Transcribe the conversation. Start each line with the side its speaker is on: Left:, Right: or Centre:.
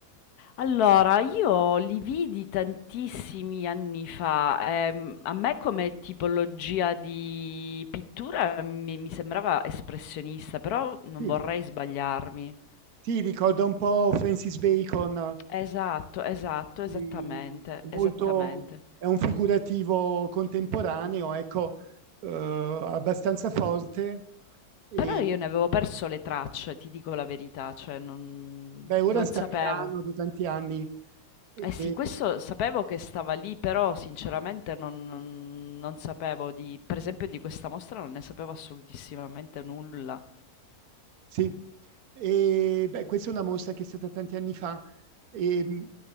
Left: Allora, io li vidi tantissimi anni fa, ehm, a me come tipologia di pittura mi, mi sembrava espressionista, però non
Right: Sì.
Left: vorrei sbagliarmi.
Right: Sì, ricorda un po' Francis Bacon,
Left: Esatto, esatto, esattamente,
Right: eh, molto,
Left: esattamente.
Right: è un figurativo contemporaneo, ecco, eh, abbastanza forte. E,
Left: Però io ne avevo perso le tracce, ti dico la verità, cioè non,
Right: beh, ora
Left: non
Right: sta
Left: sapevo.
Right: a Milano da tanti anni, E,
Left: Eh sì, questo sapevo che stava lì, però sinceramente non non non sapevo di per esempio di questa mostra non ne sapevo assolutissimamente nulla.
Right: sì, e, beh, questa è una mostra che è stata tanti anni fa. E,